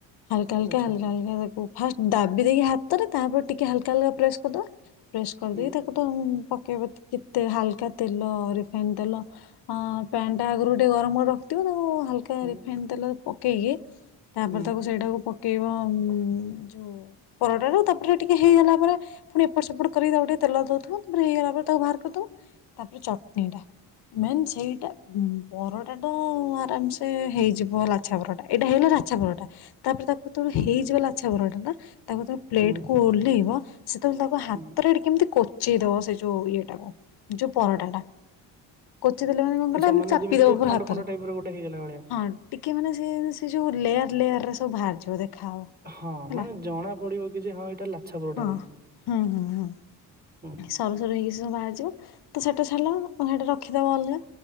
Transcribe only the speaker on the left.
ହାଲ଼୍କା
ହାଲ଼୍କା ହାଲ଼୍କା। ଫାଷ୍ଟ ଦାବି ଦେଇକି ହାତରେ ତାପରେ ଟିକେ ହାଲକା ହଲ ପ୍ରେସ କରିଦବା। ପ୍ରେସ୍ କରିଦେଇକି
ତାକୁ ତ ପକେଇବା ଟିକେ ହାଲକା ତେଲ ରେ। ପେନ୍ ତେଲ ପ୍ୟାନ ଟା ଆଗରୁ ଟିକେ ଗରମ କରି ରଖିଥିବ ତା ହଲକା
ରିଫାଇନ୍ ତେଲ ପ କେହି <unintelligible> ତାପରେ
ତାକୁ ସେଇଟାକୁ। ପକେଇବ ଯୋଉ ପରଟା ରୁ ତାପରେ ଟିକେ ହେଇଗଲା ପରେ ପୁଣି ଏପଟ ସେପଟ କରିକ ତାକୁ ଟିକେ ତେଲ ଦଉଥିବ ତାପରେ ହେଇଗଲା ପରେ ତାକୁ ବାହାର କରିଦବ ତାପରେ ଚଟଣିଟା ମେନ୍ ସେଇଟା ପରଟା ଆରାମସେ ହେଇଯିବ ଲାଛା ପରରଟା ଏଇଟା ହେଇଲା ଲାଛା ପରରଟା। ତାପରେ ତାକୁ ତ
ହେଇଯିବ ଲାଛା। ପରଟା ଟା। ତାକୁ ତ ପ୍ଲେଟ
କୁ ଓହ୍ଲେଇବ। ସେତେବେଳେ ତାକୁ ହାତରେ
ଏଠି କେମିତି। ଚି ଦା ସେ ଯଉ ଇଏ। ଯୋଉ ପରଟା ଟା କଚି ଦେଲେ ମାନେ କଣ
କଲେ
ଚାପିଦବ
ପ
ହାତରେ
ହଁ ଟିକେ ମାନେ ସେ ଯୋଉ ଲେୟାର। ଲେୟାର ର। ତ ବାହାରଯିବ ଦେ- ଖାଅ
ହେଲା
ହଁ
ହୁଁ ହୁଁ ହୁଁ
ସରୁ ସରୁ ହେଇକିୁ ବାହାରିଯିବ ତ ସେଟା। ହେଲା ସେଇଟା ରଖିଦେବ ଅଲଗା।